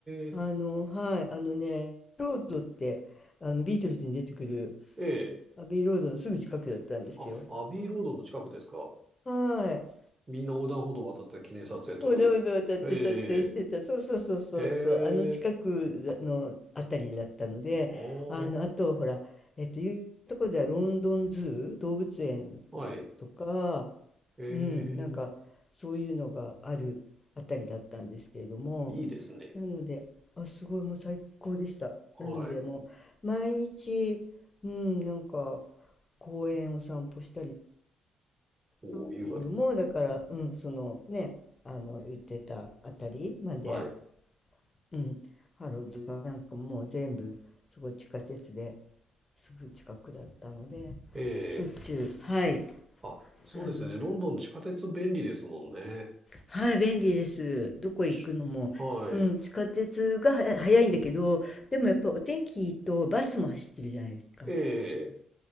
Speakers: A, on the right; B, on the left.
A: え、
B: あの、はい、あのね、ロードって、あの、ビートルズに出てくる
A: ええ。
B: アビーロードのすぐ近くだったんですよ。
A: あ、アビーロードの近くですか。
B: はい。
A: みんな横断歩道を渡って記念撮影撮る。
B: おどおどを渡って撮影してた。
A: ええ、
B: そうそうそうそうそう。
A: え
B: あの近くのあたりだったので、
A: え、あ
B: あの、
A: あ、
B: あと、ほら、えっと、いうところではロンドンズー、動物園
A: はい。
B: とか、
A: ええ、
B: うん、なんか、そういうのがあるあたりだったんですけれども、
A: いいですね。
B: なので、あ、すごい、もう最高でした。
A: はい。
B: なので、もう、毎日、うん、なんか、公園を散歩したり
A: おー、
B: ショッピングもだから、
A: 優雅だ
B: うん、そのね、あの言ってたあたりまで、
A: な。はい。
B: うん、ハローズはなんかもう全部すごい地下鉄ですぐ近くだったので、
A: ええ、
B: しょっちゅう、はい、
A: あ、そうですよね。
B: あの、
A: ロンドン地下鉄便利ですもんね。
B: はい、便利です。どこ行くのも。
A: ちはい。
B: うん、地下鉄がは早いんだけど、でもやっぱお天気とバスも走ってるじゃないですか。
A: ええ、